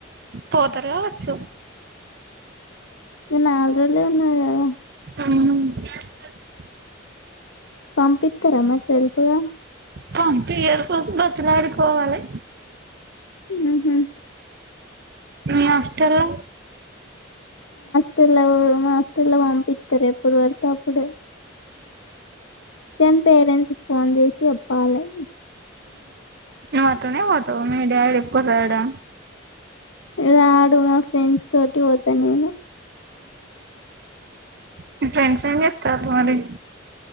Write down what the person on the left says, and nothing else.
ఇగ నాల్ రోజులే, ఉన్నాది గదా.
పంపిత్తరం మరి సెల్ఫ్గా
ఉహు
హస్టల్లో, మ మాస్టల్లో, పంపిత్తరు, ఎప్పుడు పడితే, అప్పుడే. కని పేరెంట్స్ కీ, ఫోన్ చేసి అప్పాలే.
ఇలా ఆడు మ. ఫ్రెండ్స్ తోటి, పోతా నేను.